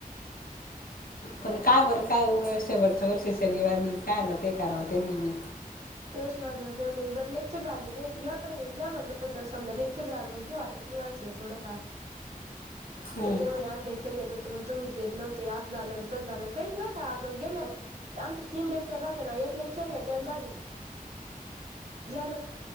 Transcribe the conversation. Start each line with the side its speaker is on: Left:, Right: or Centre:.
Left: पण काय बरं काय शेवटच वर्ष वरच्या वर्षी शनिवार म काय आलं ते करावं त्यांनी मी
Right: तेच ना गं देऊ दे बर लेक्चर झाले नाहीत एवढ वेस द्या म्हटलं होतं समद लेक्चर जाणार मग काय वाटत नाही मानसाला थोडंफार
Left: हम्म
Right: तर ते म्हनले आम्ही लेक्चर घेत होतो पण तुम्हीच घेतल होत असं झालं तस झालं काही नाही का अग गेलेत ते आमचे तीन लेक्चर राहते ना एक लेक्चर घेते आणि जा घरी झालं